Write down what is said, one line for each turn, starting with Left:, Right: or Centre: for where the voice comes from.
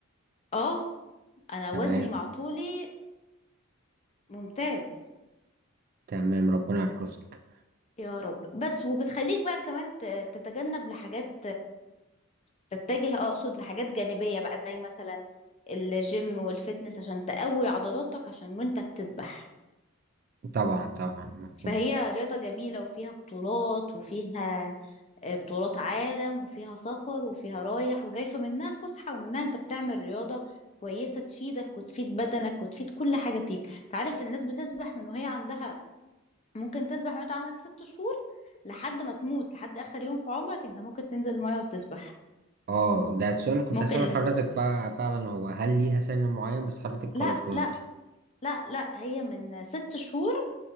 Left: اه انا وزني
Right: تمام
Left: مع طولي ممتاز
Right: تمام ربنا يحرسك
Left: يا رب بس وبتخليك بقى كمان ت- تتجنب لحاجات تتجه آه، اقصد لحاجات جانبية بقى زي مثلا الجيم والفتنس عشان تقوي عضلاتك عشان وانت بتسبح
Right: طبعا طبعا مفهوم
Left: فهي رياضة جميلة وفيها بطولات وفيها آه، بطولات عالم وفيها سفر وفيها رايح وجاي فمنها فسحة ومنها انت بتعمل رياضة كويسة تفيدك وتفيد بدنك وتفيد كل حاجة فيك تعرف الناس بتسبح من وهي عندها ممكن تسبح وانت عندك ست شهور لحد ما تموت لحد آخر يوم في عمرك انت ممكن تنزل المية وتسبح
Right: اه ده السؤال اللي كنت
Left: ممكن
Right: هسأله حضرتك
Left: لس...
Right: فع- فعلا هو هل ليها سن معين بس حضرتك خلاص
Left: لا
Right: جاوبتي
Left: لا لا لا هي من ست شهور